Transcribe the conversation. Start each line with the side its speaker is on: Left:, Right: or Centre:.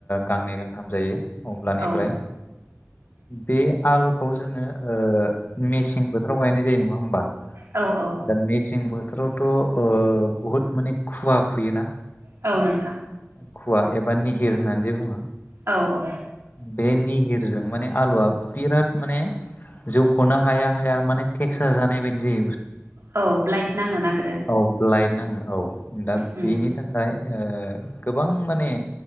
Left: गांनै गांथाम जायो अब्लानिफ्राय
Right: औ
Left: <inaudible> बे आलुखौ जोङो मेसें बोथोराव गायनाय जायो नङा होमबा?
Right: औ औ
Left: दा मेसें बोथोरावथ बुहुद माने खुवा खुयोना।
Right: औ नोंथां
Left: खुवा एबा निहिर होननानै जे बुङो
Right: औ औ
Left: बे नि गिरजों माने आलुआ बिराद माने जौखौनो हाया हाया माने केक्सा जानाय बायदि जै
Right: औ ब्लाइट नांनो नागिरो
Left: औ ब्लाइ नाङो औ दा
Right: उम
Left: बेनि थाखाय ओाय गोबां माने